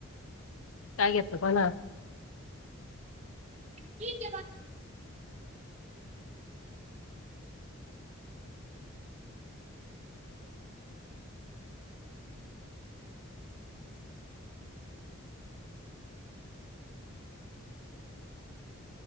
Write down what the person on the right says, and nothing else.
क ज <unintelligible>